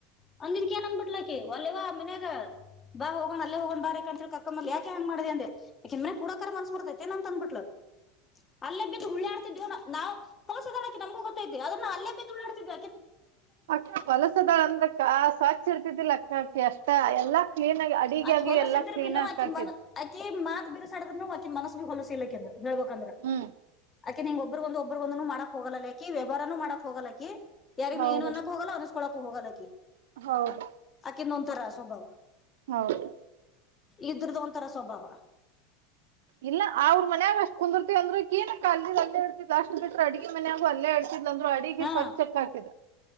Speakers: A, on the left; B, on the right.
A: ಅಂದೆಂದಿ ಏನ್ ಅಂದಬಿಟ್ಲಾಕಿ ಅಲ್ವ ಮನ್ಯಾಗ ಬಾ ಹೋಗಣ್ ಅಲ್ಲ ಹೋಗೊಂಡ್ ಬಾರೆಾಕ ಅಂತ ಕಕ್ಕ ಯಾೆ ಮಾಡ. ನೆ ಪುಡಕಾರರ ಮನ್ಸ್ ಬಡ್ತೆ ನಂತ ಅನ್ನುಮಟ್ಟ. ಅಲ್ಲೇ ಬಿದ್ದು ಉುಳ್ಳೆ ಆಡ್ತಿದೇವ ನಾವು ಕಲಸದಾಕಿ ನಮಗೂ ಗೊತ್ತ್ತೆ ಅದನ್ನ ಅಲ್ಲೇ ಬಿದ್ದುಾಡ್ತಿದ್.
B: ಅಕ್ಕ ಪಲಸದಾಳ ಅಂದ್ರಕ್ಕ ಸ್ವಚ್ ಇರ್ತಿದ್ದಿಲ್ಲ ಅಕ್ಕ ಅಕ್ಕಿ ಅಷ್ಟ ಎಲ್ಲಾ ಕ್ಲೀನ್ ಆಗಿ. ಅಡಿಗೆ
A: ಆಕಿ
B: ಆಗ್ಲಿ
A: ಹೊಲಸ
B: ಎಲ್ಲಾ
A: ಇದ್ರರು
B: ಕ್ಲೀನ್
A: ಬಿನು
B: ಅಕ್ಕ
A: ಆಕಿನ್
B: ಹಾಕಿದ್
A: ಮನ ಆಕಿ. ಮಾತ್ ಬಿರ್ಸಾಡದ್ನು ಮೆ ಮನಸ್ಸ ಬಿ ಹೊಲಸ ಇಲಕ ಅಂದ ಹೇಳ್ಬೇಕಂದ್ರ.
B: ಹ್ಮ್
A: ಅಾಕೆ ನಿಂಗ್ ಒಬ್ಬಗೊ ಒಬ್ಬರುಗಂದನು ಮಾಡಕ್ ಹೋಗಲ್ಲಾಕಿ ವ್ಯವಹಾರಾನೂ ಮಾಡಕ್ ಹೋಗೋಲಾಿ. ಯಾರನು
B: ಹೌದ
A: ಏನು ಅನ್ನಕ್ಕ ಹೋಗಲ್ಲ ಅನ್ಸ್ಕೊೋಕೂ ಹೋಗೋಲಕ್ಕೆ.
B: ಹೌದು.
A: ಕ ಒಂಥರ ಸ್ವಭಾವ
B: ಹೌದು
A: ಇದ್ರದು ಒಂಥರ ಸ್ವಭಾವ.
B: ಇಲ್ಲ ಅವ್ರ ಮನ್ಯಾಗ ಅಷ್ಟ್ ಕುಂದರ್ತವಿ ಅಂದ್ರು ಏನಕ್ಕ ಅಲ್ಲಿ ಅಲ್ಲೇ ಇರ್ತ ಅಷ್ಟ. ಬಿಟ ಅಡ್ಗೆ ಮನ ಆಾಗು ಅಲ್ಲೇ ಅಡ್ಸಿದ್ ಅಂದ್ರರು ಅಡಿಗೆ
A: ಹಾ
B: ಸ್ವಚ್ಛಕ್ಕ ಹಾಕಿದ.